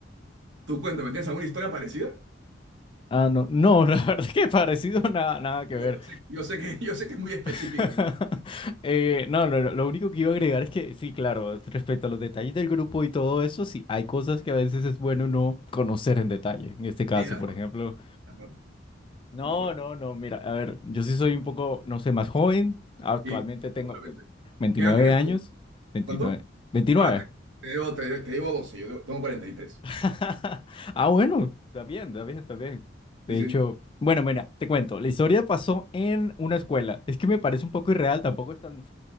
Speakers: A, on the right; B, on the left.
A: Tú cuéntame, ¿tienes alguna historia parecida?
B: Ah, no, no, <laughs> la verdad es que parecido nada, nada que
A: No,
B: ver.
A: yo sé, yo sé que, <laughs> yo sé que es muy específica.
B: <laughs>
A: ¿no?
B: Eh, no, no, no, lo único que iba a agregar es que sí, claro, respecto a los detalles del grupo y todo eso, sí, hay cosas que a veces es bueno no conocer en detalle. En este caso,
A: Sí, de acuerdo,
B: por ejemplo,
A: de acuerdo,
B: no,
A: de acuerdo.
B: no, no, mira, a ver, yo sí soy un poco, no sé, más joven. Actualmente
A: Sí,
B: tengo
A: seguramente.
B: pues, 29
A: ¿Qué edad tienes
B: años,
A: tú?
B: 29.
A: ¿Cuánto?
B: 29.
A: Ah, te, te debo, te, te debo 12, yo debo- tengo cuarenta y tres.
B: <laughs> Ah, bueno, está bien, está bien, está bien. De
A: Sí, sí,
B: hecho, bueno, mira, te cuento, la historia pasó en una escuela. Es que me parece un poco irreal, tampoco es tan